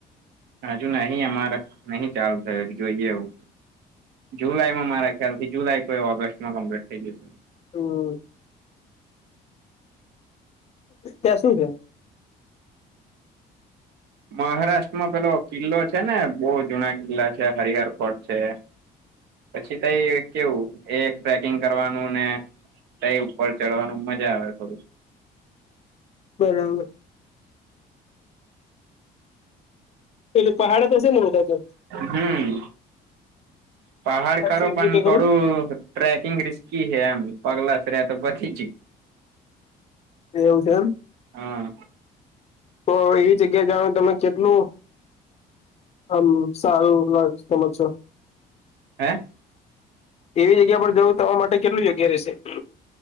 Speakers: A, on the right; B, on the left.
A: હજુ નહી અમારે નહી ચાલુ થયું હજ જોઈએ એવું જુલાઈમાં મારા ખ્યાલ થી જુલાઈ તો એ ઓગસ્ટમાં કમ્પ્લીટ થઈ જશે
B: હમ ક શું છે
A: મહારાષ્ટ્રમાં પેલો કિલ્લો છે ને બહુ જુના કિલ્લા છે હરિહાર ફોર્ટ છે પછી તઈ કેવું એ ટ્રેકિંગ કરવાનું ને તઈ ઉપર ચડવાનું મજા આવે થોડું
B: બરાબર પેલું પહાડ તો છે ને બધા તો
A: હમ પહાડ ખરો
B: છે
A: પણ
B: બીજું કઈ
A: થોડું
B: ખરું
A: ટ્રેકિંગ રિસ્કી હ એમ પગલા તો પછી જ
B: એવું છે એમ
A: હા
B: તો એવી જગ્યા જાણો તમે જેટલું આમ સારું લ સમજ છો
A: હે
B: એવી જગ્યા પર જવું તમા માટે કેટલું જગ્યા રહેશે